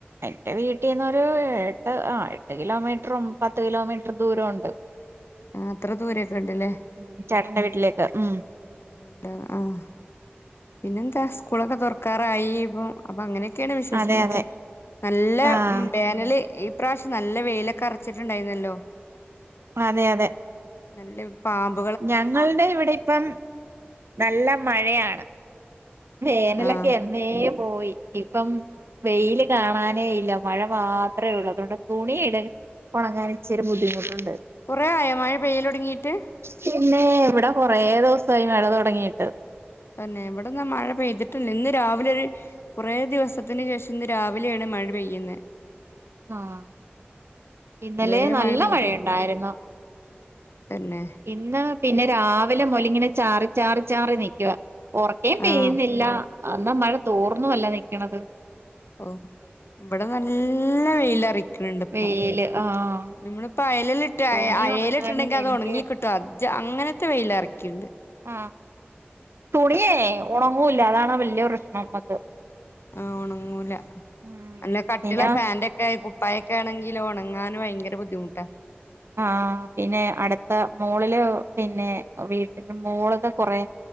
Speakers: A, on the right; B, on the left.
A: എന്റെ വീട്ടിന്ന് ഒരു എട്ട് ആഹ് എട്ട് കിലോമീറ്ററും പത്ത് കിലോമീറ്ററും ദൂരോണ്ട്
B: ആഹ് അത്ര ദൂരൊക്കെണ്ട്ലേ
A: ഉം ചേട്ടന്റെ വീട്ടിലേക്ക് ഉം
B: ഉം ന്താ ആഹ് പിന്നെന്താ സ്കൂള് ഒക്കെ തൊറക്കറായി ഇപ്പ അപ്പൊ അങ്ങനെ ക്കേണ് വിശേഷങ്ങളൊക്കെ
A: അതെ അതെ
B: നല്ല
A: ആഹ്
B: ബാ <unintelligible> ഈ പ്രാവശ്യം നല്ല വെയിലൊക്കെ അർച്ചിട്ട്ണ്ടായിന്നല്ലോ
A: അതെ അതെ
B: നല്ല പാമ്പ്
A: ഞങ്ങളുടെ ഇവിടെ ഇപ്പം നല്ല മഴയാണ് വേനലൊക്കെ
B: ആഹ്
A: എന്നേ പോയി ഇപ്പം വെയില് കാണാനേ ഇല്ല മഴ മാത്രള്ളൂ അതു കൊണ്ട് തുണി ഇട ഒണങ്ങാൻ ഇച്ചിരി ബുദ്ധിമുട്ടുണ്ട്
B: കൊറേ ആയൊ മഴ പെയ്യലൊടങ്ങിയിട്ട്
A: പിന്നെ ഇവിടെ കൊറേ ദിവസമായി മഴ തൊടങ്ങിയിട്ട്
B: തന്നെ എവിടന്നാ മഴ പെയ്തിട്ടില്ല ഇന്ന് രാവിലെ ഒരു കുറേ ദിവസത്തിനു ശേഷം ഇന്ന് രാവിലെയാണ് മഴ പെയ്യുന്നേ
A: ആഹ് ഇന്നലേ
B: ഇതുവരെ
A: നല്ല
B: മഴ പെയ്തി
A: മഴയണ്ടായിരുന്നു
B: തന്നെ
A: ഇന്ന് പിന്നെ രാവിലെ മുതലിങ്ങനെ ചാറി ചാറി ചാറി നിക്കുവാ ഒറക്കേം പെയ്യുന്നില്ല
B: ആഹ്
A: അന്നാ മഴ തോർന്നു അല്ല നിക്ക്ണത്
B: ഓഹ് ഇവിടെ നല്ല വെയില് അറിക്ക്ണുണ്ട് ഇപ്പൊ
A: വെയില് ആഹ്
B: ഞമ്മള് ഇപ്പ അയലിലിട്ട്
A: തുണി
B: അയലിട്ട്ണ്ടെങ്കി
A: ഉണങ്ങാഞ്ഞിട്ട്
B: അത്
A: എനിക്ക്
B: ഒണങ്ങി കിട്ടും അ അങ്ങനത്തെ വെയിലറിക്കിണ്ട്
A: ആഹ് തുണിയേ ഒണങ്ങൂല്ല അതാണ് വല്ല്യ പ്രശ്നം നമ്മക്ക്
B: ആഹ് ഒണങ്ങൂല
A: ഉം
B: നല്ല കട്ടിയുള്ള
A: പിന്നെ
B: ഫാന്റെ ഒക്കെ ആയാ കു പായൊക്കെ ആണെങ്കിലിൽ ഉണങ്ങാൻ ഭയങ്കര ബുദ്ധിമുട്ടാ
A: ആഹ് പിന്നെ അടുത്ത മോളില് പിന്നെ വീട്ടന്റെ മോളൊക്കെ കൊറെ